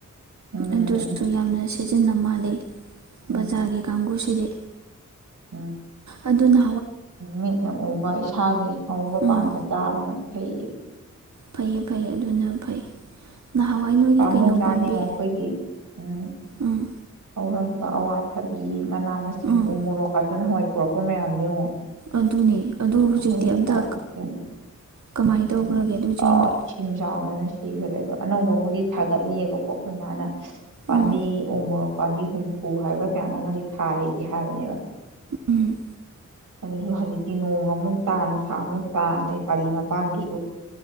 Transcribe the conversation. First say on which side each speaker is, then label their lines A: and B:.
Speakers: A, on the right; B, on the right.
A: ꯎꯝ ꯎꯝ
B: ꯑꯗꯨꯁꯨ ꯌꯥꯝꯅ ꯁꯤ ꯁꯤꯖꯤꯟꯅ ꯃꯥꯜꯂꯦ
A: ꯎꯝ
B: ꯕꯖꯥꯔꯒꯤ ꯀꯥꯡꯕꯨꯁꯤꯗꯤ
A: ꯎꯝ ꯎꯝ
B: ꯑꯗꯨꯅ
A: ꯃꯤꯠꯅ ꯎꯕ ꯏꯁꯥꯒꯤ ꯍꯧꯕ ꯄꯥꯟꯕ
B: ꯎꯝ
A: ꯆꯥꯕꯅ ꯐꯩꯌꯦ
B: ꯐꯩꯌꯦ ꯐꯩꯌꯦ ꯑꯗꯨꯅ ꯐꯩ ꯅꯍꯥꯟꯋꯥꯏ ꯅꯣꯏꯒꯤ
A: ꯄꯥꯃꯨꯖꯥꯅꯦꯉꯣ
B: ꯀꯩꯅꯣ ꯄꯥꯝꯕꯤ
A: ꯑꯩꯈꯣꯏꯒꯤ ꯎꯝ
B: ꯎꯝ
A: ꯍꯧꯔꯝꯕ ꯑꯋꯥꯊꯕꯤ ꯃꯅꯥ ꯃꯁꯤꯡ
B: ꯎꯝ
A: ꯎ ꯃꯣꯔꯣꯛ ꯀꯥꯇꯨ ꯅꯍꯋꯥꯏ ꯄꯨꯔꯛꯄ ꯃꯌꯥꯝꯗꯦ ꯌꯦꯡꯉꯣ
B: ꯑꯗꯨꯅꯦ ꯑꯗꯨ ꯍꯧꯖꯤꯛꯇꯤ
A: ꯑꯩꯈꯣꯏ
B: ꯑꯝꯇ
A: ꯆꯔꯒ ꯁꯦꯝꯗ
B: ꯀꯃꯥꯏꯅ ꯇꯧꯈ꯭ꯔꯒꯦ
A: ꯂꯣꯏ
B: ꯑꯗꯨꯁꯤꯡꯗꯣ
A: ꯏꯁꯤꯡ ꯆꯥꯎꯗꯅ ꯁꯤꯈꯔꯦ ꯑꯗꯣ ꯑꯅꯧꯕ <inaudible> ꯁꯥꯒꯠꯂꯤꯕꯀꯣ ꯑꯩꯈꯣꯏ ꯃꯥꯅ ꯄꯥꯟꯕꯤ
B: ꯎꯝ
A: ꯎ ꯃꯣꯔꯣꯛ ꯄꯥꯝꯕꯤ ꯍꯨꯝꯐꯨ ꯍꯥꯏꯕ꯭ꯔ ꯀꯌꯥꯅꯣ ꯑꯃꯗꯤ ꯊꯥꯔꯤꯗꯤ ꯍꯥꯏꯕꯅꯦꯕ
B: ꯎꯝ
A: ꯑꯗꯨꯁꯨ ꯍꯧꯖꯤꯛꯇꯤ ꯅꯣꯡ ꯑꯃꯨꯛ ꯇꯥ ꯅꯨꯡꯁꯥ ꯑꯃꯨꯛ ꯇꯥ ꯑꯗꯩ ꯄꯥꯂꯤ ꯃꯄꯥꯟꯗꯨꯁꯨ